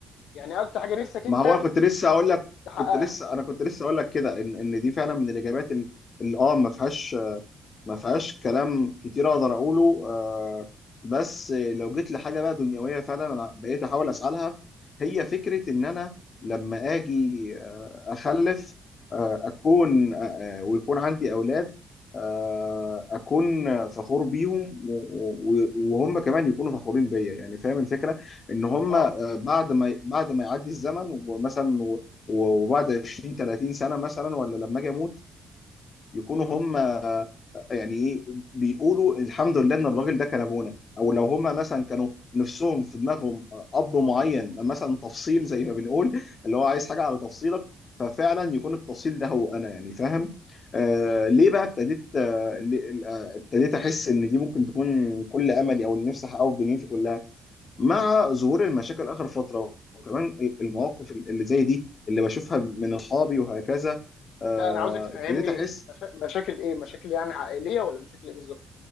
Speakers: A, on the left; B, on the left.
A: يعني اكتر حاجه نفسك
B: ما
A: انت
B: هو انا كنت لسه اقول لك
A: تحققها
B: كنت لسه انا كنت لسه اقول لك كده ان ان دي فعلا من الاجابات اللي اللي اه ما فيهاش ما فيهاش كلام كتير اقدر اقوله آه، بس لو جيت لحاجه بقى دنيويه فعلا انا بقيت احاول اسالها هي فكره ان انا لما اجي آه، اخلف آه، اكون آه، آه، ويكون عندي اولاد آه، اكون فخور بيهم و- و- وهم كمان يكونوا فخورين بيا يعني فاهم الفكره ان هم
A: اه
B: آه، بعد ما بعد ما يعدي الزمن ومثلا و- وبعد 20 30 سنه مثلا ولا لما اجي اموت يكونوا
A: مم.
B: هم يعني ايه بيقولوا الحمد لله ان الراجل ده كان ابونا او لو هم مثلا كانوا نفسهم في دماغهم آه، اب معين مثلا تفصيل زي ما بنقول اللي هو عايز حاجه على تفصيلك ففعلا يكون التفصيل ده هو انا يعني فاهم آه
A: مم.
B: ليه بقى ابتديت آه ليه- آه، ابتديت احس ان دي ممكن تكون كل املي او اللي نفسي احققه في دنيتي كلها مع ظهور المشاكل اخر فتره وكمان المواقف اللي زي دي اللي بشوفها من اصحابي وهكذا آه
A: لا انا عاوزك تفهمني
B: ابتديت احس
A: مشا... مشاكل ايه مشاكل يعني عائليه ولا مشاكل ايه بالظبط